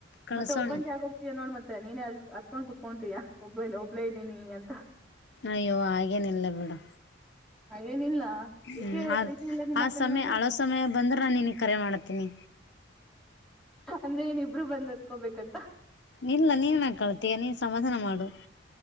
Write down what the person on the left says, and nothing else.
ಕಳ್ಸೋಣ
ಅಯ್ಯೋ ಹಾಗೇನ ಇಲ್ಲ ಬಿಡು.
ಹ್ಮ್
ಅ
ಆ
ಸಮಯ
ಹಳೋ ಸಮಯ ಬಂದ್ರೆ ನಾನು ನೀನ ಕರೆ ಮಾಡತೀನಿ.
ಇಲ್ಲ ನೀನ್ ಕಳತೀಯ ನೀನ್ ಸಮಾಧಾನ ಮಾಡು.